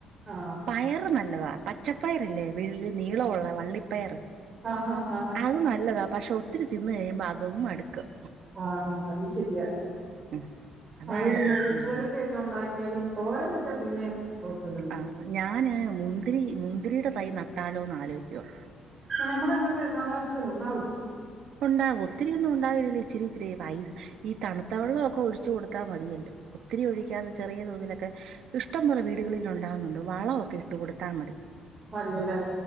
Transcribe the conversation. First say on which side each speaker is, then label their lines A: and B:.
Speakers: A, on the right (about 20°); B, on the right (about 55°).
A: ആഹ്
B: പയറ് നല്ലതാ പച്ചപ്പയറില്ലേ വള്ളി നീളമുള്ള വള്ളിപ്പയറ്
A: ആഹ് ആഹ് ആഹ് ആഹ്
B: അത് നല്ലതാ പക്ഷെ ഒത്തിരി തിന്ന് കഴിയുമ്പോ അതും മടുക്കും.
A: ആഹ് ആഹ് അതും ശരിയാ
B: ഉം അതാണ്
A: അത് പിന്നെ
B: പ്രശ്നം
A: മെഴുക്കുരട്ടിയൊക്കെ
B: വരുന്നെ
A: ഉണ്ടാക്കിയാലും തോരം വെച്ചാ പിന്നേം കൊഴപ്പല്ല
B: ആഹ് ഞാന് മുന്തിരി മുന്തിരിയുടെ തൈ നട്ടാലോന്ന് ആലോയിക്കുവാ
A: നമ്മുടെ ഇവിടുത്തെ കാലാവസ്ഥയിലുണ്ടാവോ
B: പ്പൊ ഉണ്ടാവും ഒത്തിരിയൊന്നും ഉണ്ടാവില്ല ഇച്ചിരി ഇച്ചിരി ഈ തണുത്ത വെള്ള ഒക്കെ ഒഴിച്ചു കൊടുത്താൽ മതിയല്ലോ. ഒത്തിരി ഒഴിക്കാതെ ചെറിയ തോതിലൊക്കെ ഇഷ്ടം പോലെ വീടുകളിൽ ഉണ്ടാകുന്നുണ്ട് വളമൊക്കെ ഇട്ട് കൊടുത്താൽ മതി.
A: മതിയല്ലേ